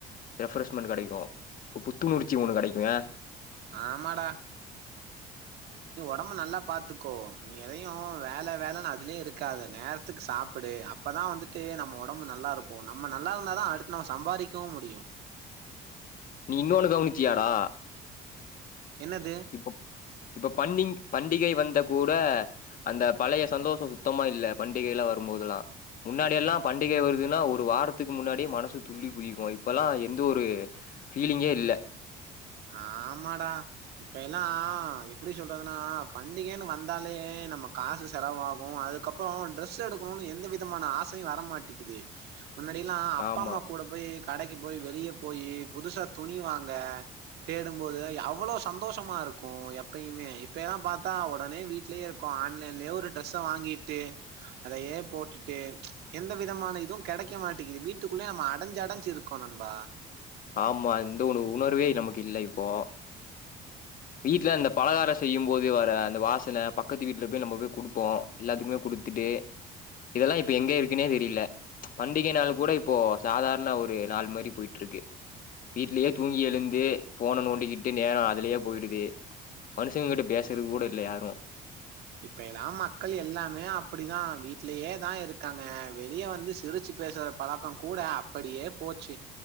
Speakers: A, on the left (about 55°); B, on the right (about 75°).
A: ரெஃப்ரஷ்மெண்ட் கெடைக்கு ஒரு புத்துணர் ச்சி ஒன்னு கெடைக்குங்க
B: ஆமாடா ஒடம்பு நல்லா பாத்துக்கோ நீ எதையு வேல வேலன் அதுலயே இருக்காத நேரத்துக்கு சாப்புடு அப்பதா வந்துட்டு நம்ம ஒடம்பு நல்லாருக்கு நம்ம நல்லாருந்தாதா அடுத் நம்ம சம்பாரிக்கவு முடியு
A: நீ இன்னொன்னு கவனிச்சியாடா?
B: என்னது
A: இப்ப இப்ப பண்டி பண்டிகை வந் த கூட அந்த பழைய சந்தோஷொ சுத்தமா இல்ல பண்டிகைலா வரும்போதுலா முன்னாடியெல்லா பண்டிகை வரு துன்னா ஒரு வாரத்துக்கு முன்னாடியே மனசு துள்ளி குதிக்கு இப்பல்லா எந்த ஒரு ஃபீலிங்கே இல்ல
B: ஆமாடா இப்ப எல்லா எப்பிடி சொல்றதுனா பண்டிகன்னு வந்தாலே நம்ம காசு செலவாகு அதுக்கப்புறொ டிரெஸ் எடுக்கணுன் எந்த விதமான ஆசையு வரமாட்டிக்குது முன்னாடில்லா அப்பாம்மா
A: ஆமா
B: கூட போய் கடைக்கு போய் வெளிய போயி புதுசா துணிவாங்க தேடும்போது அவ்வளோ சந்தோஷமா இருக்கு எப்பயுமே இப்பயெல்லா பாத்தா ஒடனே வீட்லயே இருக்கோ ஆன்லைன்லயே ஒரு ட்ரெஸ்ஸ வாங்கிட்டு அதையே போட்டுட்டு எந்த விதமான இதுவு கெடைக்க மாட்டிக்கிது வீட்டுக்குள்ளயே நம்ம அடஞ்சு அடஞ்சு இருக்கோ நண்பா
A: ஆமா இந்த ஒனு உணர்வே நமக்கு இல்ல இப்போ வீட்ல அந்த பலகார செய்யும் போது வர அந்த வாசன பக்கத்து வீட்ல போய் நம்ம போய் குடுப்போ எல்லாத்துக்குமே குடுத்துட்டு இதெல்லா இப்ப எங்க இருக்குன்னே தெரில பண்டிக நாள் கூட இப்போ சாதாரண ஒரு நாள் மாரி போயிட்ருக்கு வீட்லயே தூங்கி எழுந்து ஃபோன நோண்டிக்கிட்டு நேரொ அதுலயே போயிடு து மனுஷங்க கிட்ட பேசுறது கூட இல்ல யாரு
B: இப்பயெலா மக்கள் எல்லாமே அப்புடிதா வீட்லயே தா இருக்காங்க வெளிய வந்து சிரிச்சு பேசுற பழக்கொ கூட அப்படியே போச்சு